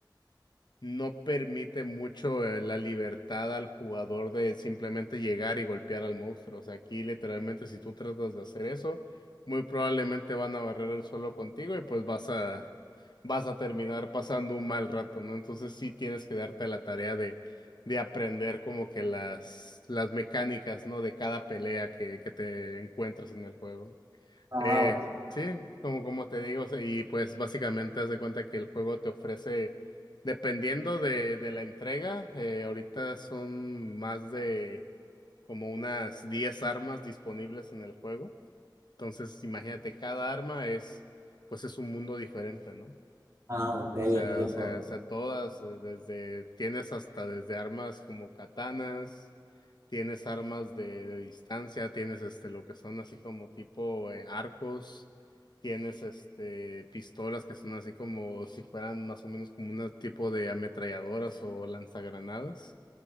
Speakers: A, on the left (about 65°); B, on the right (about 40°).
A: no permite mucho eh, la libertad al jugador de simplemente llegar y golpear al monstruo. O sea, aquí literalmente si tú tratas de hacer eso, muy probablemente van a barrer el suelo contigo y pues vas a vas a terminar pasando un mal rato, ¿no? Entonces sí tienes que darte la tarea de de aprender como que las las mecánicas, ¿no? De cada pelea que que te encuentras en el juego.
B: Ah,
A: Eh,
B: ok.
A: sí, como, como te digo, se- y pues básicamente haz de cuenta que el juego te ofrece, dependiendo de, de la entrega, eh, ahorita son más de como unas 10 armas disponibles en el juego. Entonces, imagínate, cada arma es, pues es un mundo diferente, ¿no?
B: Ah, ok,
A: O sea,
B: entiendo.
A: o sea, o sea, todas, eh, desde, tienes hasta desde armas como katanas, tienes armas de, de distancia, tienes este, lo que son así como tipo eh, arcos, tienes este, pistolas que son así como si fueran más o menos como un tipo de ametralladoras o lanzagranadas.